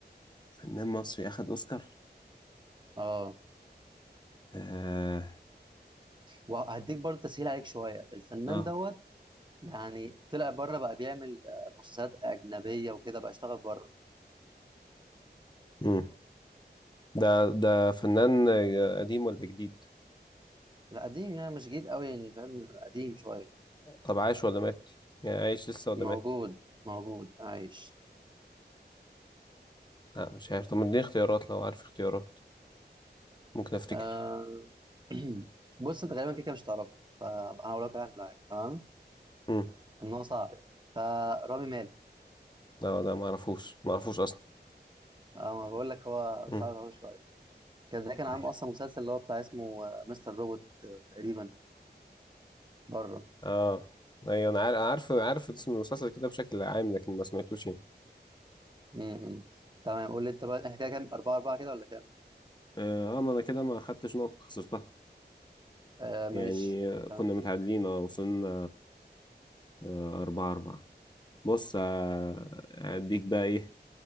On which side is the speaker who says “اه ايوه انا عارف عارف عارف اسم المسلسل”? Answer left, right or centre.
Left